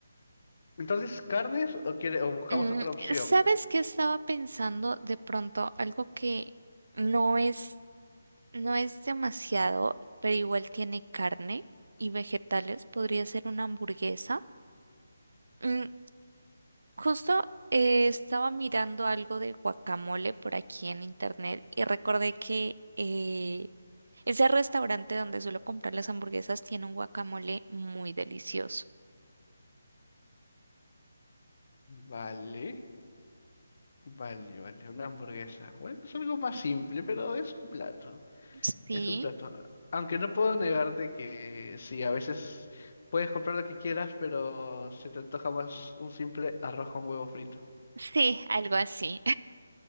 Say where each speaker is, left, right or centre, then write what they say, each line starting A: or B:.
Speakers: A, on the left; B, on the right.
A: entonces, ¿carnes o quiere, o buscamos
B: Mm,
A: otra opción?
B: ¿sabes qué estaba pensando de pronto? Algo que no es, no es demasiado, pero igual tiene carne y vegetales. Podría ser una hamburguesa. Mm, Justo eh, estaba mirando algo de guacamole por aquí en internet y recordé que eh, ese restaurante donde suelo comprar las hamburguesas tiene un guacamole muy delicioso.
A: Vale, vale, vale, una hamburguesa. Bueno, es algo más simple, pero es un plato.
B: Sí,
A: Es un plato. Aunque no puedo negarte que sí, a veces puedes comprar lo que quieras, pero se te antoja más un simple arroz con huevo frito.
B: sí, algo así.